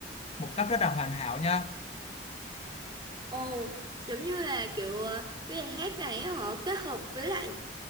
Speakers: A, on the left; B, on the right.
A: một cách rất là hoàn hảo nha
B: ồ giống như là kiểu ờ, Bây giờ hát này á, họ kết hợp với lại